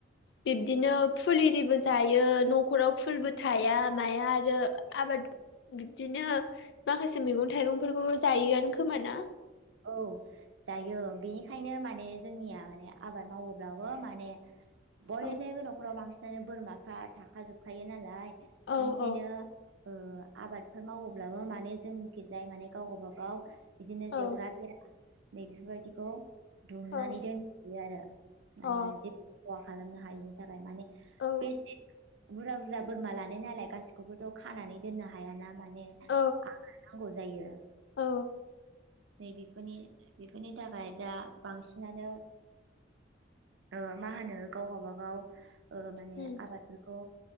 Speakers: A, on the left (about 65°); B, on the right (about 80°).
A: बिब्दिनो फुलि आरिबो जायो न'खराव फुलबो थाया माया आरो आबाद बिदिनो माखासे मैगं थाइगंफोरखौबो जायोआनो खोमाना
B: औ जायो बेनिखायनो माने जोंनिया माने आबाद मावोबाबो माने बयनिबो
A: औ
B: न'खराव बांसिनानो बोरमाफ्रा थाखाजोबखायो नालाय बेनिखायनो
A: औ औ
B: ओ आबादफोर मावोब्लाबो माने जोंखिजाय माने गाव गबागाव बिदि
A: औ
B: जेवरा बेरा नै बेफोरबायदिखौ दुमनानै
A: औ
B: दोनफैयो आरो माने
A: अ औ
B: जेबो खहा खालामनो हायिनि थाखाय माने
A: औ
B: बेसे बुरजा बुरजा बोरमा लानाय नालाय गासिखौबोथ' खानानै दोननो हाया नामा नै
A: औ
B: आगार नांगौ जायो
A: औ
B: नैबेफोरनि बेफोरनि थाखाय दा बांसिनानो ओ मा होनो गाव गाबागाव ओ माने
A: औ
B: आबादफोरखौ